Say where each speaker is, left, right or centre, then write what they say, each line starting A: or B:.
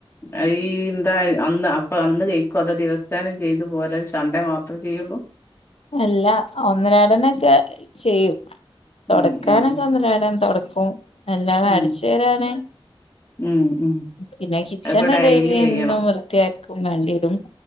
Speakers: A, on the left; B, on the left.
A: അയീ എന്താത് അന്ന് അപ്പം അന്ന് ജയിക്കോ അതോ ദിവസേനേ ചെയ്ത് പോരത് സൺഡേ മാത്രം ചെയ്യോള്ളൂ
B: അല്ല ഒന്നരാടൊന്നൊക്കെ ചെയ്യും തോടക്കാനൊക്കെ
A: ഉം ഉം ഉം
B: ഒന്നരാടം തോടക്കും അല്ലാതെ
A: ഉം
B: അടിച്ചേരാന്
A: ഉം ഉം
B: പിന്നെ കിച്ചണ്
A: അതിപ്പോ
B: ഡെയ്ലി
A: ചെയ്യണം
B: എന്നും വൃത്തിയാക്കും വേണ്ട്യരും